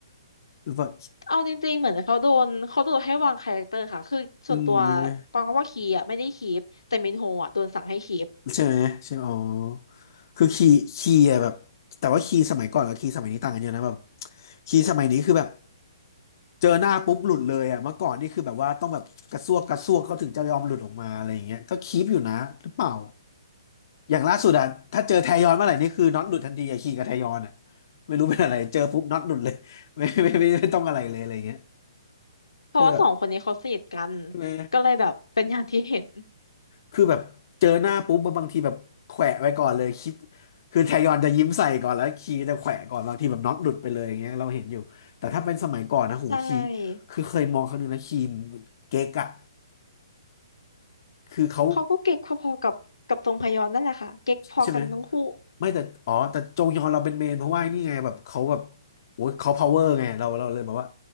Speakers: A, on the left; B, on the left.
A: หรือว่า
B: เอาจริงๆเหมือนเขาโดนเขาโดนให้วางคาแรคเตอร์ค่ะคือส่วนตัว
A: อืมใช่ไหม
B: ปองก็ว่าคีอ่ะไม่ได้คีปแต่มินโฮอ่ะโดนสั่งให้คีป
A: ใช่ไหมใช่อ๋อคือคีคีอะแบบแต่ว่าคีสมัยก่อนกับคีสมัยนี้ต่างกันเยอะนะแบบคีสมัยนี้คือแบบเจอหน้าปุ๊บหลุดเลยอะเมื่อก่อนนี่คือแบบว่าต้องแบบกระซวกกระซวกเขาถึงจะยอมหลุดออกมาอะไรอย่างเงี้ยก็คีปอยู่นะหรือเปล่าอย่างล่าสุดอะถ้าเจอแทยอนเมื่อไหร่นี่คือน็อตหลุดทันทีอะคีกับแทยอนอะไม่รู้เป็นอะไรเจอปุ๊บน็อตหลุดเลยไม่ไม่ไม่ไม่ต้องอะไรเลยอะไรอย่างเงี้ย
B: เพราะว่าสองคนนี้เขาสนิทกัน
A: ก็เลยแบบใช่ไหม
B: ก็เลยแบบเป็นอย่างที่เห็น
A: คือแบบเจอหน้าปุ๊บมันบางทีแบบแขวะไว้ก่อนเลยคลิปคือแทยอนจะยิ้มใส่ก่อนแล้วคีจะแขวะก่อนบางทีแบบน็อตหลุดไปเลยอย่างเงี้ยเราเห็นอยู่แต่ถ้าเป็นสมัยก่อนนะหูคี
B: ใช่
A: คือเคยมองครั้งหนึงนะคีมเก๊กอะคือเขา
B: เขาก็เก๊กพอๆกับกับทรงพยอนนั่นแหละค่ะเก๊กพอกันทั้งคู่
A: ใช่ไหมไม่แต่อ๋อแต่จงยอนเราเป็นเมนเพราะว่านี่ไงแบบเขาแบบโอ้ยเขาพาวเวอร์ไงเราเราเลยแบบว่า